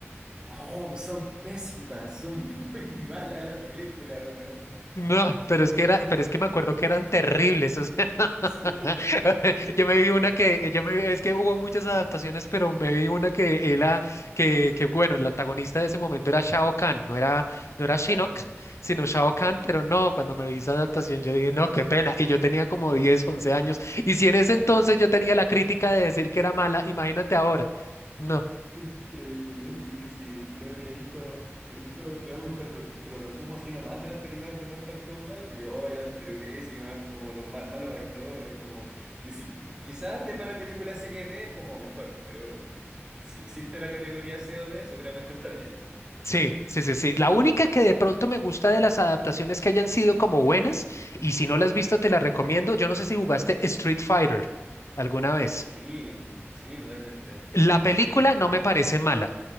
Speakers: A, on the right; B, on the left.
A: Ah, Oh, son pésimas, son muy <laughs> malas las películas, ¿o no?
B: No, pero es que era, pero es que me acuerdo que eran terribles, <laughs> o sea, <laughs>
A: Sí. Sí,
B: Yo me vi una que, yo me, es que hubo muchas adaptaciones, pero me vi una que era, que, que bueno, el antagonista de ese momento era Shao Kahn, no era, no era Shinnok,
A: claro.
B: sino Shao Kahn, pero no, cuando me vi esa adaptación yo dije, no, qué pena, y yo tenía como 10 11 años, y si en ese entonces yo tenía la crítica de decir que era mala, imagínate ahora, no.
A: Increíble, sí, sí. Creo que he visto, he visto, creo, un ter- te lo resumo así nomás de las películas de Mortal Kombat y oh, eran pero pésimas, como los ma- malos actores, como ni si- quizás de para película serie B como mejor, pero si existe la categoría C o D, seguramente están ahí.
B: Sí, sí, sí, sí. La única que de pronto me gusta de las adaptaciones que hayan sido como buenas, y si no las has visto, te la recomiendo. Yo no sé si jugaste Street Fighter alguna vez.
A: Sí, sí, totalmente.
B: La
A: Un Ryu,
B: película
A: etcétera.
B: no me parece mala,